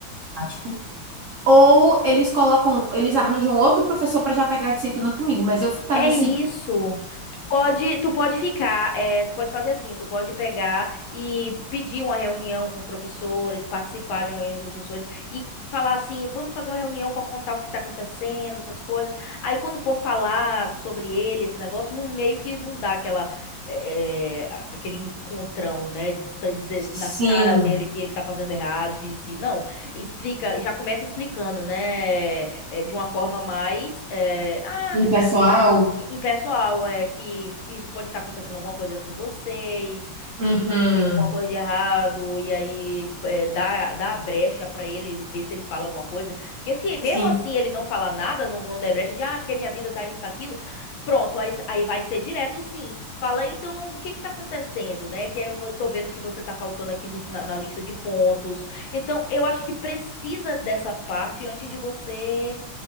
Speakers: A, on the right; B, on the left.
A: didático. Ou eles colocam, eles arranjam outro professor para já pegar a disciplina comigo, mas eu ficar
B: É
A: nesse
B: isso. Tu pode, tu pode ficar, é, tu pode fazer assim, tu pode pegar e pedir uma reunião com os professores, participar de uma reunião com os professores e falar assim, vamos fazer uma reunião para contar o que está acontecendo, essas coisas. Aí quando for falar sobre ele, esse negócio, não meio que não dá aquela é, é, a- aquele encontrão, né, de estar- dizer
A: sim,
B: na cara dele que ele tá fazendo errado, assim, assim. Não, explica, já começa explicando, né, é, de uma forma mais, é, ah,
A: impessoal,
B: e, e, pessoal, é que isso pode estar acontecendo alguma coisa com vocês, e
A: uhum,
B: se tem alguma coisa de errado, e aí é, dá, dá a brecha pra ele, ver se ele fala alguma coisa. Porque se mesmo
A: sim,
B: assim ele não falar nada, não, não der brecha de, ah, porque minha vida tá isso, tá aquilo, pronto, aí, aí vai ser direto sim. Fala, então, o que que tá acontecendo, né? Que eu tô vendo que você tá faltando aqui nos- na na lista de pontos. Então, eu acho que precisa dessa parte antes de você